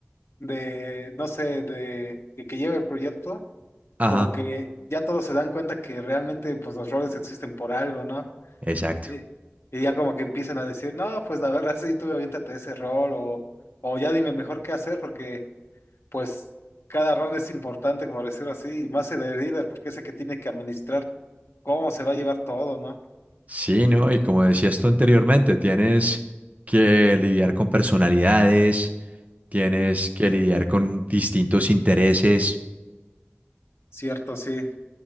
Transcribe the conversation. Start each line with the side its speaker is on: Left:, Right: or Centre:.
Left: de, no sé, de que, que lleva el proyecto,
Right: Ajá,
Left: como que ya todos se dan cuenta que realmente pues los roles existen por algo, ¿no?
Right: exacto.
Left: Y, y ya como que empiezan a decir, no, pues la verdad sí, tú aviéntate ese rol o, o ya dime mejor qué hacer porque pues cada rol es importante, por decirlo así, y más el de líder porque es el que tiene que administrar cómo se va a llevar todo, ¿no?
Right: Sí, ¿no? Y como decías tú anteriormente, tienes que lidiar con personalidades, tienes que lidiar con distintos intereses.
Left: Cierto, sí.